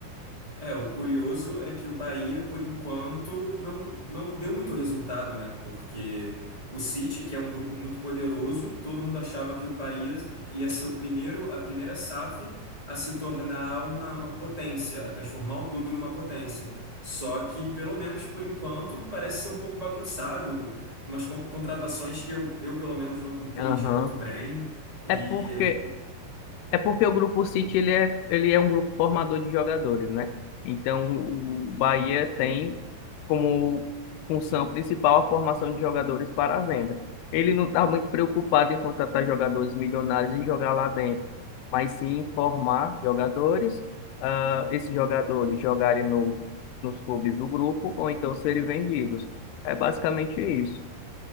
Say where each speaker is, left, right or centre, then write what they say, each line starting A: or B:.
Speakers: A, on the right; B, on the left.
A: É, o curioso é que o Bahia, por enquanto, não, não deu muito resultado, né? Porque o City, que é um grupo muito poderoso, todo mundo achava que o Bahia ia ser o primeiro, a primeira SAF a F a se tornar uma, uma potência, a transformar o clube numa potência. Só que, pelo menos por enquanto, parece ser um pouco bagunçado, umas con- contratações que eu, eu, pelo menos, não compreendi
B: Aham.
A: muito bem. E
B: É porque É porque o grupo City ele é, ele é um grupo formador de jogadores, né? Então o Bahia tem como função principal a formação de jogadores para a venda. Ele não está muito preocupado em contratar jogadores milionários e jogar lá dentro, mas sim em formar jogadores, ah, esses jogadores jogarem no, nos clubes do grupo ou então serem vendidos. É basicamente isso.